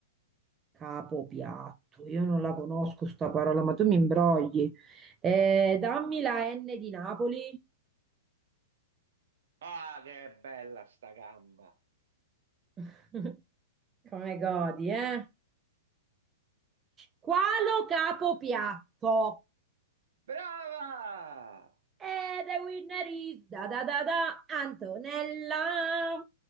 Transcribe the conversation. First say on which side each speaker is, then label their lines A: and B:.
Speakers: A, on the right; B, on the right.
A: Capopiatto. Io non la conosco sta parola, ma tu mi imbrogli. Eh, dammi la N di Napoli.
B: Ah, che bella sta gamba.
A: <laughs> Come godi, eh? Qualo capo piatto?
B: Brava!
A: E the winner is da da da da Antonella.